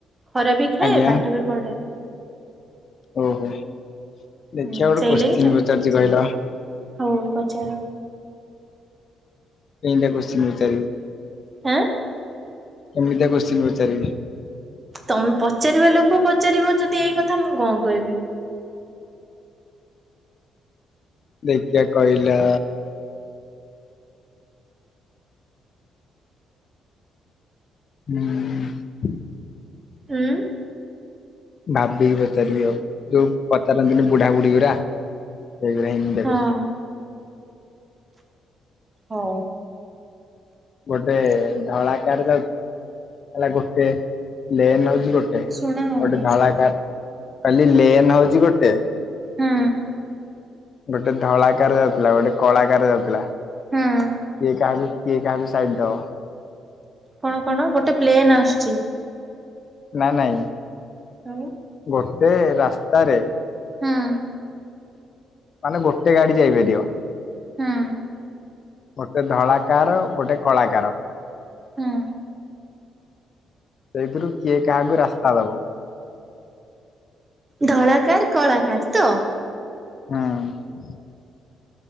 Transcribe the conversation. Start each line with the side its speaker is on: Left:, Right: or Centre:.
Right: ଖରା ବି ଖାଏ
Left: ଆଜ୍ଞା
Right: ପାଠ ବି ପଢ଼େ
Left: ଓହୋ ଦେଖିବା
Right: ହୁଁ
Left: ଗୋଟେ
Right: ସେଇ
Left: କୋଶ୍ଚିନ
Right: ଲାଗି
Left: ପଚାରୁଛି କହିଲା।
Right: ହଉ ପଚାର
Left: କେମିତିଆ କୋଶ୍ଚିନ୍ ପଚାରିବି
Right: ଆଁ
Left: କେମିତିଆ କୋଶ୍ଚିନ୍ ପଚାରିବି।
Right: ତମେ ପଚାରିବା ଲୋକ ପଚାରିବ ଯଦି ଏଇ କଥା ମୁଁ କଣ କହିବି।
Left: ଦେଖିବା କହିଲା? ହୁଁ।
Right: ଉଁ।
Left: ଭାବିକି ପଚାରିବି ଆଉ ଯୋଉ ପଚାରନ୍ତିନି ବୁଢ଼ା ବୁଢ଼ୀ ଗରା ସେଇଗୁଡ଼ା ଏମିତିଆ
Right: ହଁ।
Left: କୋଶ୍ଚିନ୍।
Right: ହଉ।
Left: ଗୋଟେ ଧଳାକାର ଯାଉଥିଲା ହେଲା ଗୋଟେ ଲେନ ହଉଛି। ଗୋଟେ
Right: ଶୁଣା ହଉନି
Left: ଗୋଟେ ଧଳାକାର କାଲି ଲେନ ହଉଛି ଗୋଟେ
Right: ହୁଁ।
Left: ଗୋଟେ ଧଳାକାର ଯାଉଥିଲା ଗୋଟେ କଳାକାର ଯାଉଥିଲା
Right: ହୁଁ
Left: କିଏ କାହା କିଏ କାହାବି ସାଇଟ୍ ଦଅ
Right: କଣ କଣ ଗୋଟେ ପ୍ଲେନ୍ ଆସୁଛି।
Left: ନା ନାଇଁ।
Right: ହୁଁ।
Left: ଗୋଟେ ରାସ୍ତାରେ
Right: ହଁ।
Left: ମାନେ ଗୋଟେ ଗାଡି ଯାଇପାରିବ?
Right: ହୁଁ
Left: ଗୋଟେ ଧଳାକାର ଗୋଟେ କଳାକାର
Right: ହୁଁ
Left: ସେଇଥିରୁ କିଏ କାହାକୁ ରାସ୍ତା ଦେବ
Right: ଧଳାକାର କଳାକାର ତ
Left: ହଁ।